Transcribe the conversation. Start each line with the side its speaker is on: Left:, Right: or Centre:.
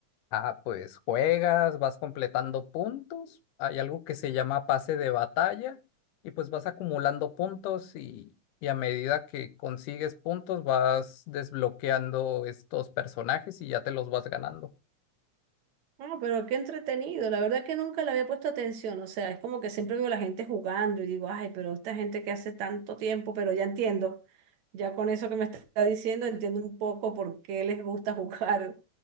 Left: Ah, pues juegas, vas completando puntos, hay algo que se llama pase de batalla y pues vas acumulando puntos y, y a medida que consigues puntos vas desbloqueando estos personajes y ya te los vas ganando.
Right: No, pero qué entretenido. La verdad que nunca le había puesto atención. O sea, es como que siempre veo a la gente jugando y digo, ay, pero esta gente que hace tanto tiempo, pero ya entiendo. Ya con eso que me está diciendo, entiendo un poco por qué les gusta <laughs> jugar.